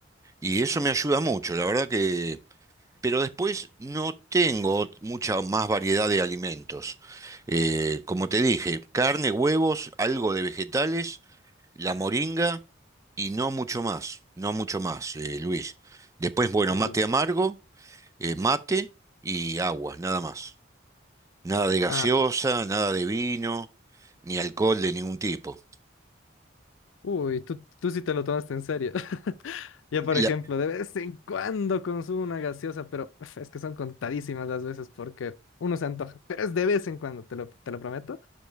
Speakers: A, on the right (about 15°); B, on the left (about 85°).
A: Y eso me ayuda mucho, la verdad que... pero después no tengo mucha más variedad de alimentos. Eh, como te dije, carne, huevos, algo de vegetales, la moringa y no mucho más, no mucho más, eh, Luis. Después, bueno,
B: Uh,
A: mate amargo, eh, mate y agua, nada más. Nada de gaseosa,
B: Ah,
A: nada de vino, ni alcohol de ningún tipo.
B: Uy, tú, tú sí te lo tomaste en serio. <laughs> Yo, por ejemplo,
A: La-
B: de vez en cuando consumo una gaseosa, pero uf, es que son contadísimas las veces porque uno se antoja, pero es de vez en cuando, te lo, te lo prometo.